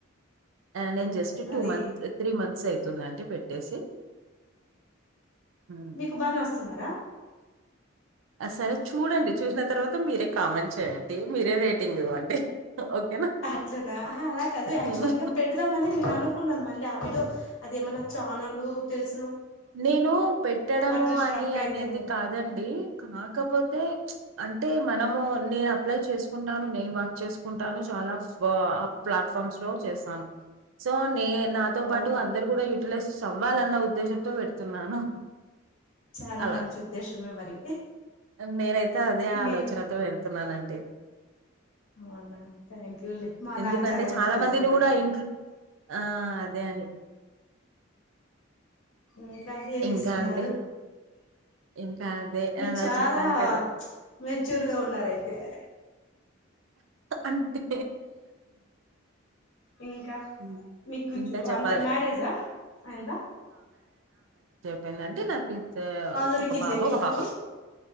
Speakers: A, on the right (about 75°); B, on the left (about 80°).
A: నేను జస్ట్ టూ
B: అది
A: మంత్ త్రీ మంత్స్ అయితుందండి పెట్టేసి హ్మ్.
B: మీకు బానే వస్తున్నారా
A: సరే చూడండి చూసిన తర్వాత మీరే కామెంట్ చేయండి మీరే రేటింగ్ ఇవ్వండి ఓకేనా
B: అట్లనా అలా కాదు యాక్చువల్
A: హ్మ్.
B: గా పెడదామని నేను అనుకున్నాను మళ్ళీ ఆ విడోయో అదేమన్నా ఛానలు తెలుస్
A: నేను పెట్టడము
B: అట్లా స్ట్రక్
A: అని అనేది
B: అయిందేమోలే.
A: కాదండి కాకపోతే అంటే మ నేను అప్లై చేసుకుంటాను నేను వర్క్ చేసుకుంటాను చాలా బ ప్లాట్ఫామ్స్ లో చేస్తాను సో నే నాతో
B: అవును
A: పాటు అందరు కూడా యూటిలైజ్ అవ్వాలన్న ఉద్దేశం తో పెడుతున్నాను
B: చాలా
A: అలా
B: మంచి ఉద్దేశమే మరి
A: నేనైతే అదే ఆలోచనతో
B: నేను
A: వెడుతున్నానండి
B: అవునా థ్యాంక్ లే మాలాగే
A: ఎందుకంటే
B: చాలా మందికి యూజ్
A: మందిని
B: అవుతది
A: కూడా ఇంట్ల ఆ అదే అని
B: ఇంకా ఏం
A: ఇంకా
B: చేస్తున్నారు
A: అండి. ఇంకా అదే
B: మీరు
A: అలా
B: చాలా
A: చెప్పాను కదా!
B: మెచ్యూర్ గా ఉన్నారు అయితే
A: అంటే
B: ఇంకా
A: హ్మ్.
B: మీకు
A: ఇంకా చెప్పాలి.
B: అంటే మ్యారేజా అయింద
A: పెళ్లంటే నాకు ఇక
B: దొరికిందే
A: ఒక బాబు
B: మీకు
A: ఒక పాప